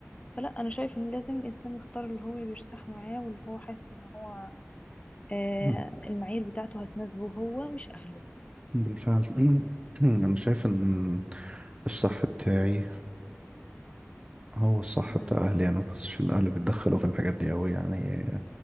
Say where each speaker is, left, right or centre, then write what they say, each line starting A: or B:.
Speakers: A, on the left (about 25°); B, on the right (about 25°).
A: فلا انا شايف ان لازم الانسان يختار اللي هو بيرتاح معاه واللي هو حاسس ان هو آه،
B: مم.
A: المعايير بتاعته هتناسبه هو مش اهله
B: بالفعل <clears throat> مم. انا شايف ان الصح بتاعي هو الصح
A: مم.
B: بتاع اهلي انا ما بحسش ان اهلي بيتدخلوا في الحاجات دي قوي يعني